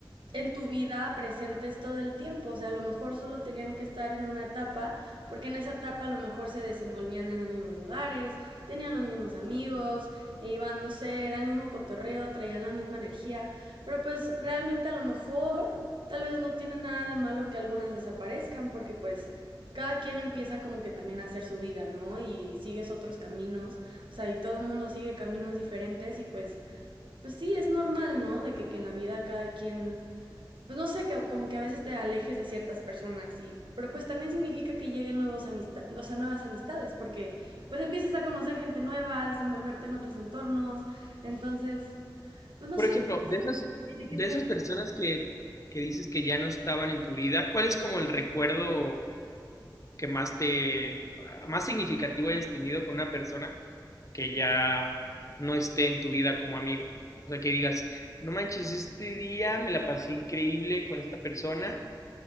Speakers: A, on the right; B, on the left.
A: en tu vida presentes todo el tiempo. O sea, a lo mejor solo tenían que estar en una etapa, porque en esa etapa a lo mejor se desenvolvían en los mismos lugares, tenían los mismos amigos, e iban, no sé, era el mismo cotorreo, traían la misma energía. Pero pues realmente a lo mejor tal vez no tiene nada de malo que algunas desaparezcan, porque pues cada quien empieza como que también a hacer su vida, ¿no? Y sigues otros caminos, o sea, y todo el mundo sigue caminos diferentes y pues, pues sí, es normal, ¿no? De que, que en la vida cada quien pues no sé, que, como que a veces te alejes de ciertas personas, y, pero pues también significa que lleguen nuevos amistad, o sea, nuevas amistades, porque pues empiezas a conocer gente nueva, a desenvolverte en otros entornos, entonces, pues no
B: Por
A: sé,
B: ejemplo, de esas,
A: tiene
B: de
A: que ser,
B: esas personas que, que dices que ya no estaban en tu vida, ¿cuál es como el recuerdo que más te, más significativo hayas tenido con una persona que ya no esté en tu vida como amigo? O sea, que digas, no manches, este día me la pasé increíble con esta persona